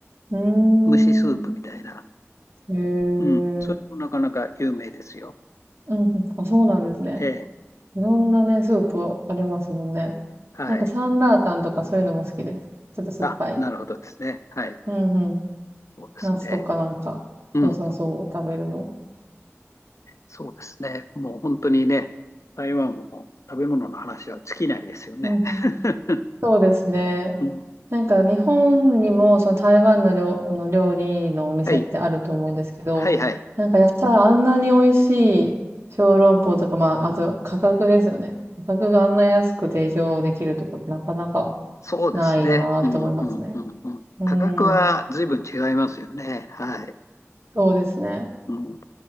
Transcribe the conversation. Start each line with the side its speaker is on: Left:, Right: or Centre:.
Right: うーん。
Left: 蒸しスープみたいな。
Right: へえ。
Left: うん。それもなかなか有名ですよ。
Right: うんうん。あ、そうなんですね。
Left: ええ。
Right: いろんなね、スープありますもんね。
Left: はい。
Right: なんかサンラータンとかそういうのも好きです。ちょっと酸っぱい。
Left: あ、なるほどですね。はい。
Right: うんうん。
Left: そうですね。
Right: 夏とかなんか良さそう、
Left: うん。
Right: 食べるの。
Left: そうですね。もう本当にね、台湾の食べ物の話は尽きないですよね。
Right: うんうん。
Left: <laughs>
Right: そうですね。
Left: うん。
Right: なんか日本にもその台湾の料、あの料理のお店ってあると思うんですけど、
Left: はい。はいはい。
Right: なんかやっぱりあんなに美味しい小籠包とか、まあ、あと価格ですよね。価格があんな安く提供できるとこってなかなか
Left: そうですね。
Right: ないよなって思いますね。
Left: うんうんうんうん。
Right: うーん、
Left: 価格は随分違いますよね。はい。
Right: そうですね。
Left: うん、